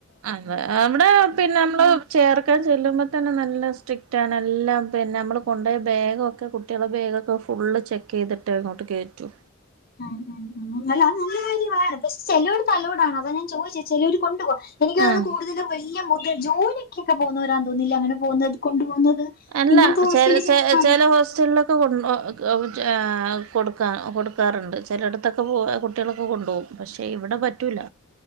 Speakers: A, on the right; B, on the left.
A: ആഹ് അവിടെ പിന്നെ നമ്മള് ചേർക്കാൻ ചെല്ലുമ്പോൾ തന്നെ നല്ല സ്ട്രിക്റ്റാണ് എല്ലാം പിന്നെ നമ്മള് കൊണ്ടോയ പോയ ബാഗക്കെ കു കുട്ടിയാള്ള ബാഗൊക്കെ ഫുള്ള് ചെക്ക് ചെയ്തിട്ട് ഇങ്ങോട്ട് കേറ്റു
B: ഉം ഉം അല്ല അത് നല്ലകാര്യവാ പക്ഷെ ചിലോടത്ത് അലോടാണ് അതാ ഞാൻ ചോദിച്ചേ ചേലോര് കൊണ്ട് പോ എനിക്ക്
A: ഉം
B: അത് കൂടുതലും വല്യ മുഗ്‌ ജോലിക്കൊക്കെ പോകുന്നോരാ തോന്നില്ല അങ്ങനെ പോകുന്നത് കൊണ്ടു പോകുന്നത്
A: അല്ല
B: ഇങ്ങനത്തെ ഹോസ്റ്റലിൽ
A: ചേല ചേ
B: ചിലപ്പാന്ന്
A: ചെല ഹോസ്റ്റലിലൊക്കെ ഒക്കെ കൊ കൊടുക്കാ കൊടുക്കാറുണ്ട് ചേലടുത്തൊക്കെ പോ കുട്ടികളൊക്കെ കൊണ്ടുപോകും പക്ഷെ ഇവിടെ പറ്റൂല